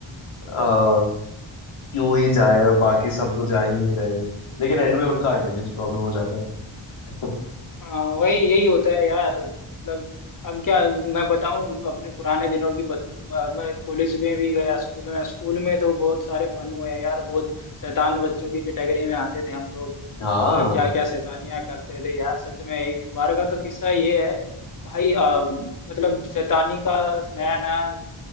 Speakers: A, on the left; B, on the left.
A: आ, क्यों ही जाए बाकी सब तो जा ही नहीं रहे लेकिन एंड में उनका अटेंडेंस प्रॉब्लम हो जाता है <laughs>
B: हाँ वही यही होता है यार मतलब अब क्या मैं बताऊं अपने पुराने दिनों की बत, मैं कॉलेज में भी गया स्कूल में स्कूल में तो बहुत सारे फन हुए हैं यार बहुत शैतान बच्चों की कैटेगरी में आते थे हम लोग
A: हाँ
B: आ, क्या क्या शैतानियां करते थे यार सच में एक बार का तो किस्सा ये है भाई आ, मतलब शैतानी का नया नया